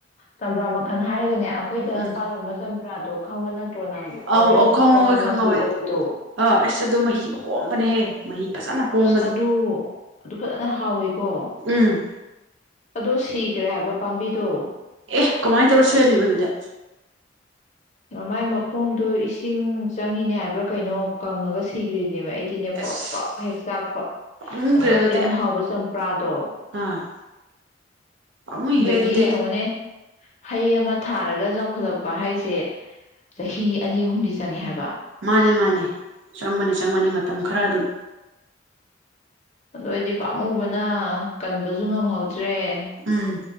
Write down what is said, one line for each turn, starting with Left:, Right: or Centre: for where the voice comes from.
Left: ꯆꯝꯄ꯭ꯔꯥ ꯃꯈꯜ ꯍꯥꯏꯔꯒꯅꯦ ꯑꯩꯈꯣꯏꯗ
Right: ꯎꯝ
Left: ꯄꯥꯜꯂꯝꯕ ꯆꯝꯄ꯭ꯔꯥꯗꯣ ꯈꯪꯕ ꯅꯠꯇ꯭ꯔꯣ ꯅꯪ
Right: ꯑꯧ
Left: ꯑꯣꯔꯦꯟꯖ
Right: ꯑꯧ ꯈꯪꯉꯧꯋꯦ
Left: ꯀꯣꯝꯂꯥ
Right: ꯈꯪꯉꯧꯋꯦ
Left: ꯃꯆꯨ ꯑꯣꯏꯕꯗꯣ
Right: ꯑꯥ ꯑꯁ ꯑꯗꯨ ꯃꯍꯤ ꯍꯣꯝꯕꯅꯦꯍꯦ ꯃꯍꯤ ꯐꯖꯅ ꯍꯣꯝꯕꯅꯦ
Left: ꯑꯁ ꯑꯗꯨ ꯑꯗꯨ ꯐꯖꯅ ꯍꯥꯎꯋ‌ꯦꯀꯣ
Right: ꯎꯝ
Left: ꯑꯗꯣ ꯁꯤꯈ꯭ꯔꯦ ꯍꯥꯏꯕ ꯄꯥꯝꯕꯤꯗꯣ
Right: ꯑꯦ ꯀꯃꯥꯏꯅ ꯇꯧꯔ ꯁꯤꯍꯜꯂꯤꯕ ꯑꯗꯨꯗ
Left: ꯃꯥꯏ ꯃꯈꯣꯡꯗꯣ ꯏꯁꯤꯡ ꯆꯪꯉꯤꯅꯦ ꯍꯥꯏꯕ꯭ꯔꯥ ꯀꯩꯅꯣ ꯀꯪꯉꯒ ꯁꯤꯈ꯭ꯔꯦ ꯅꯦ ꯑꯩꯗꯤꯅꯦ ꯄꯔ‌ꯣꯛ
Right: ꯑꯁ
Left: ꯄꯔ‌ꯣꯛ ꯍꯦꯛ ꯆꯥꯛꯄ
Right: ꯄꯥꯝꯃꯨꯗ꯭ꯔꯦ
Left: ꯑꯗꯨꯛ
Right: ꯑꯗꯨꯗꯤ
Left: ꯌꯥꯝ ꯍꯥꯎꯕ ꯆꯝꯄ꯭ꯔꯥꯗꯣ
Right: ꯑꯥ ꯄꯥꯝꯃꯨꯏꯍꯦ
Left: ꯑꯗꯒꯤ
Right: ꯑꯗꯨꯗꯤ
Left: ꯌꯦꯡꯉꯨꯅꯦ ꯍꯩ ꯑꯃ ꯊꯥꯔꯒ ꯆꯥꯎꯈꯠꯂꯛꯄ ꯍꯥꯏꯁꯦ ꯆꯍꯤ ꯑꯅꯤ ꯑꯍꯨꯝꯗꯤ ꯆꯪꯉꯦ ꯍꯥꯏꯕ
Right: ꯃꯥꯅꯦ ꯃꯥꯅꯦ ꯆꯪꯒꯅꯤ ꯆꯪꯕꯅꯤ ꯃꯇꯝ ꯈꯔ ꯑꯗꯨꯝ
Left: ꯑꯗꯨꯗꯑꯩꯗꯤ ꯄꯥꯝꯃꯨꯕꯅ ꯀꯟꯕꯁꯨ ꯉꯝꯍꯧꯗꯦ ꯇꯔ‌ꯦ
Right: ꯎꯝ